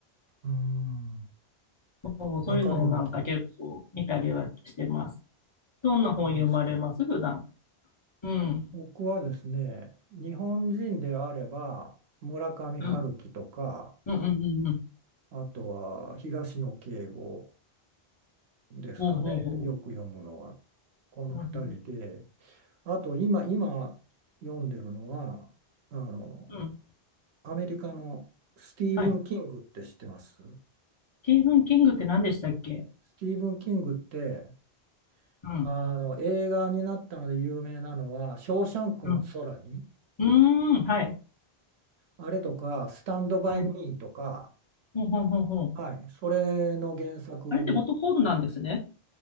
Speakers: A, on the right; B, on the left.
A: うん、
B: そうそういうのをなんか結構見たりはしてます。
A: わかるような気がします。
B: どんな本読まれます普段。
A: そうですか。
B: うん。
A: 僕はですね、日本人であれば、村上春樹とか、
B: うん。うんうんうんうん。
A: あとは東野圭吾、ですかね、
B: ほうほうほ
A: よく読むのは、この2人で、
B: う。なるほど。
A: あと今、今読んでるのは、あの、
B: うん。
A: アメリカのスティーブン・
B: はい。
A: キングって知ってます
B: スティーブン・キングって何でしたっけ
A: スティーブン・キングって、
B: うん。
A: あの、映画になったので有名なのは、ショーシャンクの空に、
B: うん。うーん。はい。
A: あれとか、スタンド・バイ・
B: はい。
A: ミーとか、
B: ほうほうほうほう。
A: はい、それの原作
B: あれって元コードなんですね。